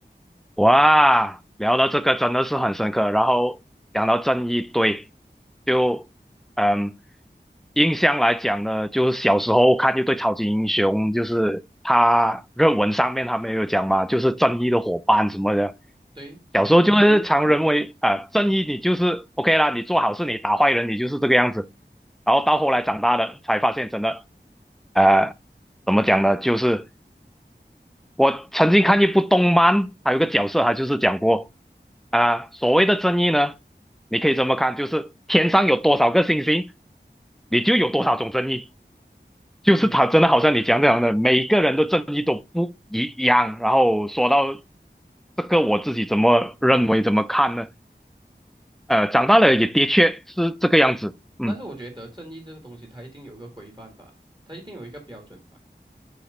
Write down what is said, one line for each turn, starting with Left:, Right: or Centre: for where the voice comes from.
Centre: 哇，聊到这个真的是很深刻，然后讲到正义，对，就嗯，印象来讲呢，就是小时候看一对超级英雄，就是他热文上面他们有讲嘛，就是正义的伙伴什么的，
Right: 对，没有错。
Centre: 小时候就是常认为啊、呃正义你就是 OK 啦，你做好事，你打坏人，你就是这个样子，然后到后来长大了才发现，真的呃，怎么讲呢，就是。我曾经看一部动漫，还有一个角色，他就是讲过啊、所谓的正义呢，你可以这么看，就是天上有多少个星星，你就有多少种正义。就是他真的好像你讲这样的，
Right: 嗯，
Centre: 每个人的正义都不一样。然后说到这个，我自己怎么认为，怎么看呢？呃，长大了也的确是这个样子，
Right: 都，
Centre: 嗯。
Right: 但是我觉得正义这个东西它一定有一个规范吧，它一定有一个标准吧。